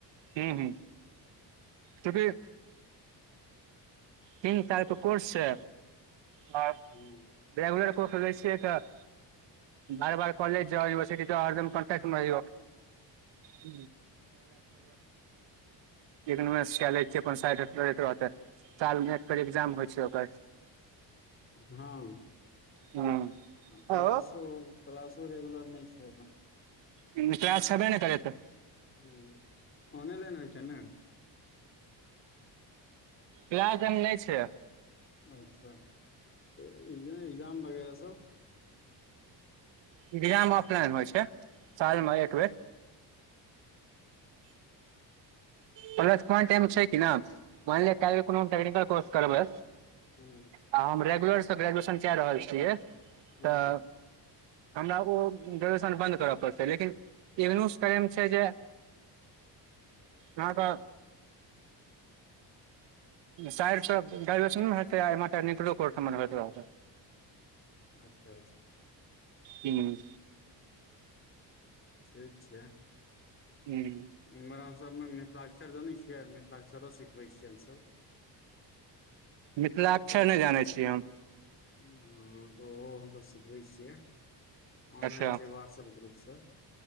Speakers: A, on the right; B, on the left.
A: हू हू चुकी तीन सातकऽ कोर्स छै आ
B: हूं
A: <unintelligible> कऽ लै छियै तऽ बार बार कॉलेज जाऊ यूनिवसिर्टी जाउ हरदम कोंट्क मर रहियो इ लिय सिया ले छ अपन साइड रहते सालमे एक बेर एग्जाम होइ छै ओकर
B: हँ
A: हूँ
B: क्लासो
A: आँय हौ
B: क्लासो रेगुलर नहि छै अपन
A: क्लास छेबे ने करै तऽ
B: हूं ऑनेलेन होइ छै नऽ
A: क्लास एयमऽ नय छै
B: अच्छा तऽ एग्जाम वगैरह सब
A: एग्जाम ऑफलाइन होइ छै साल मऽ एक बेर प्लस पॉइंट एनय मऽ छै कि नय माइनलिए कालयकऽ हम कोनो टेक्निकल करबै
B: हूँ
A: आ हम रेगुलरसँ ग्रेजुएशन कए रहल छियै
B: हूँ
A: तऽ हमरा ओ ग्रेजुएशन बन्द करऽ पड़ते लेकिन एगनो करे मे छै जे आहाँक साइड सय ग्रेजुएशनो हेतै आ ऐमहर टेक्निकलो कोर्स भेट रहत छैय
B: अच्छा अच्छा
A: हूँ
B: ठीक छय
A: हूँ
B: एम्हर हमसब मिथिलाक्षर जानै छियै मिथिलाक्षरो सिखबै छियै हमसब
A: मिथिला के छय नय जानै छियै हम
B: हँ तऽ ओहो हमसब सिखबै छियै ऑनलाइन
A: अच्छा
B: छय व्हाट्सएप ग्रुपसँ